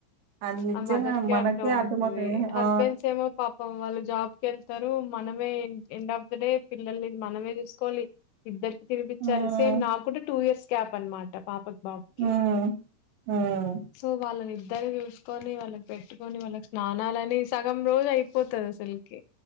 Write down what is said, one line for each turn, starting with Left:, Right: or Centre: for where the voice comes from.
Right: అది నిజంగా
Left: ఆ మదర్ కి
Right: మనకే
Left: అర్థం అవుతది
Right: అర్థమవుతాది
Left: హస్బెండ్స్
Right: ఆ
Left: ఏమో పాపం వాళ్ళు జాబ్ కెళ్తారు మనమే ఎండ్ ఆఫ్ ద డే పిల్లల్నిది మనమే చూసుకోవాలి ఇద్దర్ తిరిపించాలి
Right: ఉమ్
Left: సేమ్ నాక్కూడ టూ ఇయర్స్ గ్యాప్ అన్మాట పాపక్ బాబుకి
Right: ఉమ్ ఉమ్
Left: సో వాళ్ళనిద్దరి చూస్ కొని వాళ్ళకి పెట్టుకొని వాళ్ళకి స్నానాలని సగం రోజు అయిపోతది అస్సల్ కి